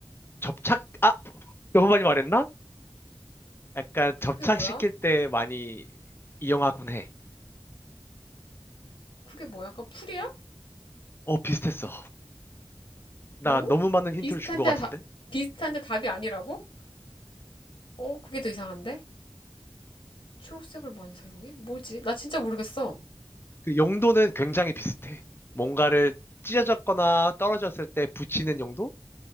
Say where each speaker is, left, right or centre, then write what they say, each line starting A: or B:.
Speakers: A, on the left; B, on the left.
A: 접착, 아! <laughs> 너무 많이 말했나? 약간 접착시킬
B: 그게 뭐야?
A: 때 많이 이용하곤 해.
B: 그게 뭐야? 약간 풀이야?
A: 어, 비슷했어. 나
B: 어?
A: 너무 많은 힌트를
B: 비슷한데,
A: 준 것 같은데?
B: 다, 비슷한데 답이 아니라고? 어, 그게 더 이상한데? 초록색을 많이 사용해? 뭐지? 나 진짜 모르겠어.
A: 그 용도는 굉장히 비슷해. 뭔가를 찢어졌거나 떨어졌을 때 붙이는 용도?